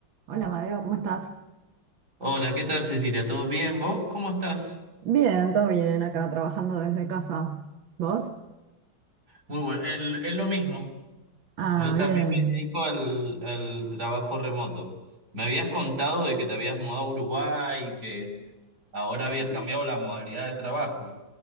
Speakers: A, on the right; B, on the right.
A: Hola, Madeo, ¿cómo estás?
B: Hola, ¿qué tal Cecilia? ¿Todo bien? ¿Vos cómo estás?
A: Bien, todo bien, acá trabajando desde casa. ¿Vos?
B: Muy bueno, el- es lo mismo.
A: Ah,
B: Yo también
A: bien.
B: me dedico al, al trabajo remoto. Me habías contado de que te habías mudado a Uruguay y que ahora habías cambiado la modalidad de trabajo.